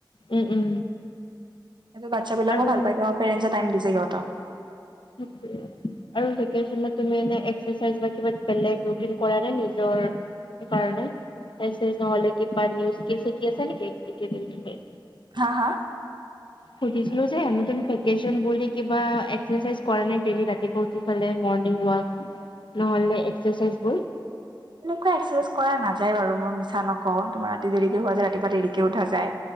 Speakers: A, on the left; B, on the right.
A: উম উম।
B: সেইটো বাচ্ছা বিলাকো
A: আৰু
B: ভাল পাইছে পেৰেণ্টছে টাইম দিছে সিহঁতক।
A: সেইটোৱে আৰু ভেকেচনত তুমি এনে এক্সেছাই‌চ বা কিবা বেলেগ ৰুটিন কৰা নাই নিজৰ। সেই কাৰণে নহলে কি বা নিউজ শিকি আছে নেকি একেদিন তুমি?
B: হা হা।
A: সুধিছিলো যে ভেকেচন বুলি কিবা এক্সেচাইজ কৰা নাই ডেইলি ৰাতিপুৱা উঠ- ঠি ফালে মৰ্ণিং ৱাক।
B: <inaudible>
A: নহ'লে এক্সেৰচাইজ বোৰ।
B: <inaudible> এনেকুৱা এক্সেৰচাইজ কৰা নাযায় বাৰু ম‌ই মিছা নকওঁ তোমাৰ ৰাতি দেৰিকে হোৱা যায় ৰাতিপুৱা দেৰিকে উঠা যায়।